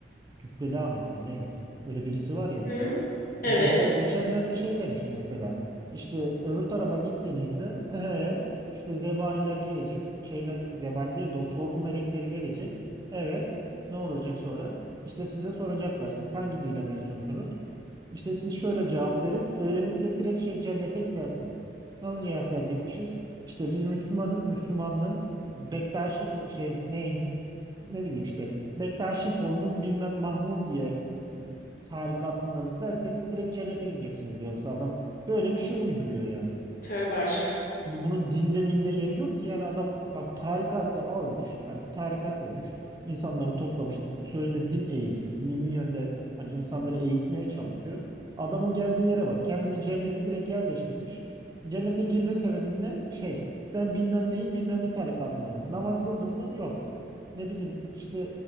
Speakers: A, on the right; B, on the left.
A: Cübbeli Ahmet bir ne? Öyle birisi var ya.
B: Hı? Evet.
A: Bu geçen, geçenlerde şey demişti mesela. İşte öbür tarafa gittiğinizde he, işte zebaniler gelecek. Şeyler zebani değil de o sorgu melekleri gelecek. Evet. Ne olacak sonra? İşte size soracaklar. Siz hangi dine mensupsunuz? İşte siz şöyle cevap verin. Öylelikle direkt şey cennete gidersiniz. Nasıl cevap verecekmişiz? İşte biz Müslümanız. Müslümanlığın Bektaşi ko- şey ne ne bileyim işte Bektaşi kolunun bilmem Mahmudiye e, tarikatındanız derseniz direkt cennete gideceksiniz diyor. Mesela adam böyle bir şey uyduruyor yani.
B: Tövbe aşağı.
A: Şimdi bunun dinde minde yeri yok ki. Yani adam bak tarikatı almış. yani bir tarikat olmuş. insanları toplamış. Sözde din eğitiyor. Dini yönde hani insanları eğitmeye çalışıyor. Adamın geldiği yere bak. Kendini cennete direkt yerleştirmiş. Cennete girme sebebinde şey ben bilmem neyin bilmem ne tarikatından namaz kıldım mı? Yok. Ne bileyim işte